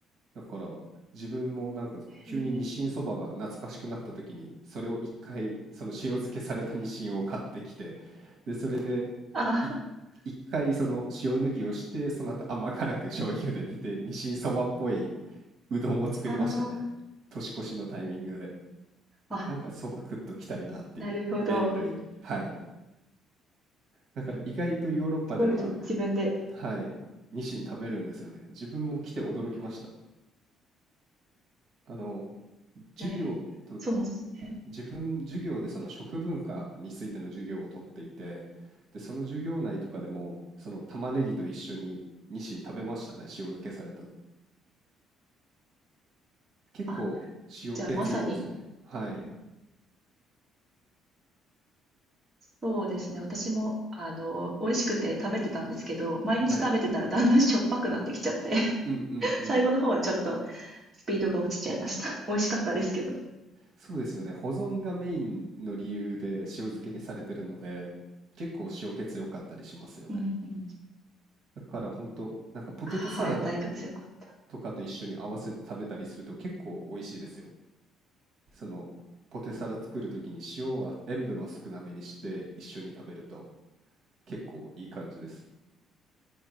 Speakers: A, on the right; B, on the right.
A: だから自分もなんか急にニシンそばが懐かしくなった時に、
B: ねへえ
A: それを一回、その塩漬けされたニシンを買ってきて、で、それで
B: あ
A: い一回その塩抜きをして、その後甘辛く醤油で煮て、ニシンそばっぽいうどんを作りましたね。
B: あー
A: 年越しのタイミングで。
B: あ
A: なんかそば食っときたいなっていう麺類はい
B: なるほど
A: だから意外とヨーロッパでは
B: すごいですね自分で
A: はいニシン食べるんですよね自分も来て驚きましたあの授業と
B: ええそうなんですね
A: 自分授業でその食文化についての授業をとっていてでその授業内とかでもその玉ねぎと一緒にニシン食べましたね塩漬けされた結構塩気強いですよねはい
B: あじゃあまさにうんそうですね。私も、あの、美味しくて食べてたんですけど、毎日食べてたらだんだんしょっぱくなってきちゃって、
A: はい
B: <laughs>
A: うんうんうん
B: 最後の方はちょっとスピードが落ちちゃいました。<laughs> 美味しかったですけど。
A: そうですよね。保存がメインの理由で塩漬けにされてるので、結構塩気強かったりしますよね。
B: うんうん。
A: だから本当なんかポテトサラダ
B: はい、だいぶ強かった。
A: とかと一緒に合わせて食べたりすると結構美味しいですよ。そのポテサラ作るときに塩は塩分は少なめにして一緒に食べると結構いい感じです。